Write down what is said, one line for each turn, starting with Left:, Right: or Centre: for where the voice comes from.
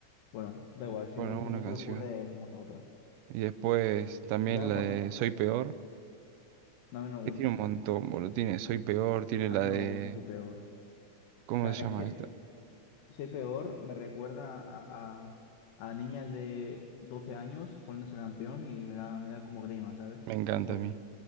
Left: Bueno, da igual, si
Right: Bueno,
Left: no, si
Right: una
Left: no
Right: canción.
Left: se te ocurre, vamos a otra.
Right: Y después también
Left: Ya
Right: la
Left: cuando.
Right: de Soy Peor.
Left: No, a mí no me
Right: Que
Left: gusta.
Right: tiene un montón, boludo. Tiene Soy Peor,
Left: A,
Right: tiene
Left: a
Right: la
Left: mí no
Right: de...
Left: me gusta, soy peor.
Right: ¿Cómo
Left: Plan,
Right: se
Left: es
Right: llama
Left: que
Right: esta?
Left: Soy peor, me recuerda a, a- a niñas de 12 años poniendo esa canción y me da, me da como grima, ¿sabes?
Right: Me encanta
Left: Es ahí.
Right: a mí.